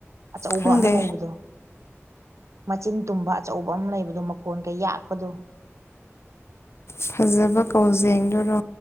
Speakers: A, on the right; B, on the left.
A: ꯑꯆꯧꯕ
B: ꯈꯪꯗꯦ
A: ꯑꯃ ꯂꯩꯕꯗꯣ ꯃꯆꯤꯟ ꯇꯨꯝꯕ ꯑꯆꯧꯕ ꯑꯃ ꯂꯩꯕꯗꯣ ꯃꯈꯣꯟ ꯀꯩ ꯌꯥꯛꯄꯗꯨꯣ
B: ꯐꯖꯕ ꯀꯥꯎꯖꯦꯡꯗꯨꯔꯣ